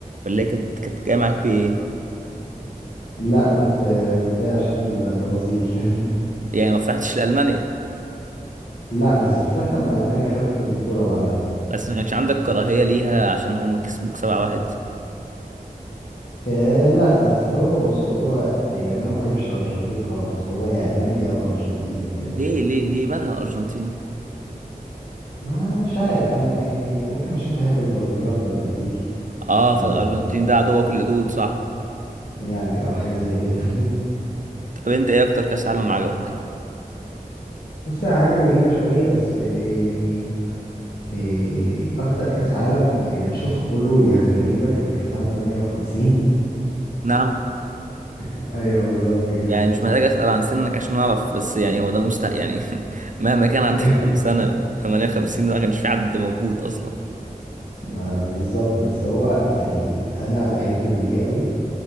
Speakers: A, on the right; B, on the left.
A: ولا هي كانت كانت جايه معاك بايه
B: لا كنت آه، متضايق عشان البرازيل <laughs>
A: يعني ما فرحتش لالمانيا
B: لا بس فرحت اما المانيا خدت البطوله بعدها
A: بس ما كانش عندك كراهية ليها عشان هم كسبوك 7-1
B: إيه لا اصل هو بص هو يعني انا ما بحبش الارجنتين خالص فهو يا المانيا يا الارجنتين فاهم
A: ليه ليه ليه مالها الارجنتين
B: ما مش عارف انا يعني ممكن عشان بحب البرازيل اكتر بكتير
A: اه
B: ف
A: فالارجنتين ده عدوك اللدود صح
B: يعني اه حاجه زي كده
A: طب انت ايه اكتر كاس عالم عجبك
B: <laughs> بص هي حاجه غريبه شويه بس إيه يعني إيه اكتر كاس عالم يعني انا شفته كله ودي حاجه غريبه كان كاس عالم 58
A: نعم
B: <laughs> ايوه بالظبط كده
A: يعني مش محتاج اسال عن سنك عشان اعرف بس يعني هو ده مستحيل يعني <laughs> مهما كان عندك
B: <laughs>
A: كام سنه 58 ده ما كانش في حد موجود اصلا
B: ما بالظبط بس هو يعني انا بحب بيليه قوي